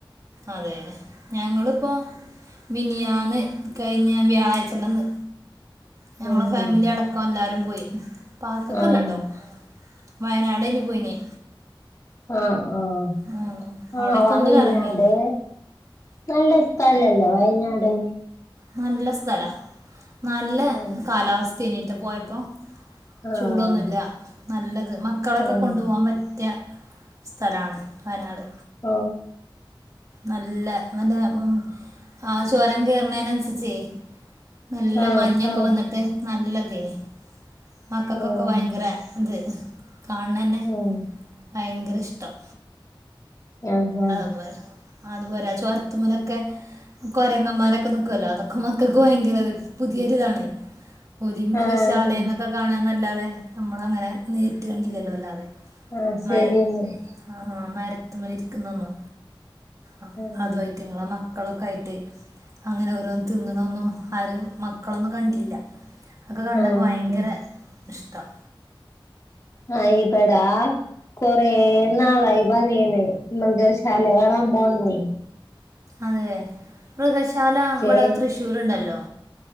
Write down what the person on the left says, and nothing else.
ഉം
ആഹ്
ആഹ് ആഹ്
ആഹ് വായനാട്
നല്ല സ്ഥലല്ലോ വയനാട്
ഉം
ആഹ്
ഉം
ഓ
ആഹ്
ആഹ്
ഉം
ഉം
ആഹ്
ആഹ്
ആ ശരിയെന്നാ
ഉം
ആഹ്
ആഹ് ഇബടാ കൊറേ നാളായി പതിയണ് മൃഗശാല <unintelligible>
പക്ഷേ